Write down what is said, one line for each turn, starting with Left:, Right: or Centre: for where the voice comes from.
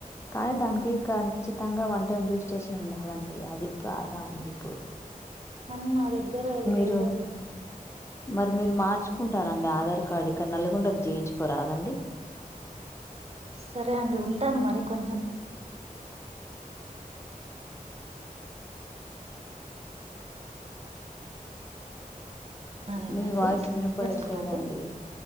Left: కానీ దానికి ఖచ్చితంగా వన్ టైమ్ రిజిస్ట్రేషన్ ఉండాలండి అది బాధా ఉంది ఇప్పుడు
Right: కానీ నా దగ్గర అది
Left: మీరు
Right: లేదు కదండి
Left: మరి మీరు మార్చుకుంటారండి ఆధార్ కార్డు ఇక్కడ నల్గొండకి చేయించుకోరాదండి
Right: సరే అండి ఉంటాను మరి కొంచెం పనైందండి
Left: మీ వాయిస్ వినపడట్లేదండి
Right: అండి